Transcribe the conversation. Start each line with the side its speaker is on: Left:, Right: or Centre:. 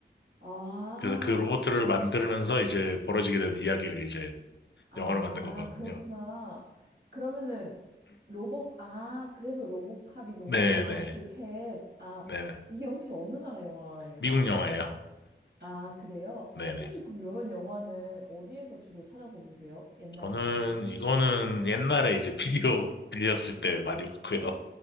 Right: 아,
Left: 그래서 그 로봇을 만들면서 이제 벌어지게 되는 이야기를 이제
Right: 아,
Left: 영화로 만든 거거든요.
Right: 그렇구나. 그러면은 로봇, 아, 그래서 로봇캅이군요.
Left: 네네
Right: 로보트 캡. 아,
Left: 네네
Right: 이게 혹시 어느 나라 영화예요?
Left: 미국 영화예요. <laughs>
Right: 아, 그래요?
Left: 네네
Right: 혹시 그럼 이런 영화는 어디에서 주로 찾아서 보세요? 옛날
Left: 저는
Right: 영화들은?
Left: 이거는 옛날에 이제 비디오 <laughs> 빌렸을 때 많이 봤고요.